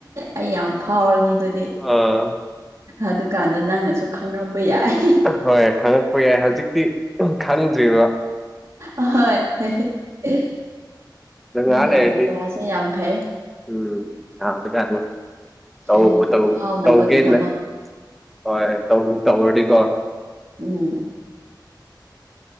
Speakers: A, on the right (about 55°); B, in the centre.
A: ꯑꯩ ꯌꯥꯝ ꯐꯥꯎꯔꯅꯤ ꯑꯗꯨꯗꯤ
B: ꯑ
A: ꯑꯗꯨꯀꯥꯟꯗ ꯅꯪꯅꯁꯨ ꯈꯪꯔꯝꯕ ꯌꯥꯏ
B: ꯍꯣꯏ ꯈꯪꯉꯛꯄ ꯌꯥꯏ ꯍꯧꯖꯤꯛꯇꯤ ꯈꯪꯗ꯭ꯔꯤꯕ
A: ꯑꯍꯣꯏ <unintelligible>
B: ꯉꯥꯍꯥꯛ
A: ꯅꯪꯒꯤ
B: ꯂꯩꯔꯗꯤ
A: ꯑꯥꯏꯗꯤꯌꯥꯁꯦ ꯌꯥꯝ ꯐꯩ
B: ꯎꯝ ꯌꯥꯕꯖꯥꯠꯅꯤ ꯇꯧꯕꯨ
A: ꯑꯩ
B: ꯇꯧ
A: ꯐꯥꯎꯅꯕꯒꯤꯗꯃꯛ
B: ꯇꯧꯒꯦꯅ ꯍꯣꯏ ꯇꯧꯕꯨ ꯇꯧꯔꯗꯤꯀꯣ
A: ꯎꯝ